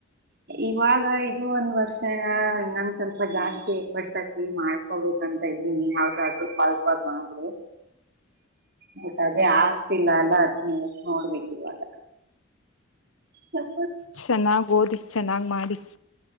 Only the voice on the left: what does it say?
ಹ
ಚೆನ್ನಾಗಿ ಓದಿ ಚೆನ್ನಾಗಿ ಮಾಡಿ